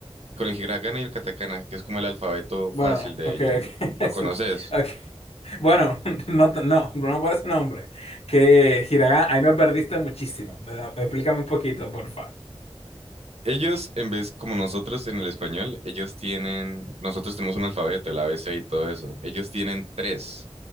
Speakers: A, on the right; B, on the left.
A: con el hiragana y el katakana, que es como el alfabeto
B: Bueno,
A: fácil de
B: ok,
A: ellos,
B: ok.
A: ¿lo, lo
B: <laughs> eso-
A: conoces?
B: ok. Bueno, <laughs> no, te- no, no por ese nombre. Que Hiragana, ahí me perdiste muchísimo. me da- Explícame un poquito, porfa.
A: Ellos, en vez como nosotros en el español, ellos tienen, nosotros tenemos un alfabeto, el ABC y todo eso. Ellos tienen tres,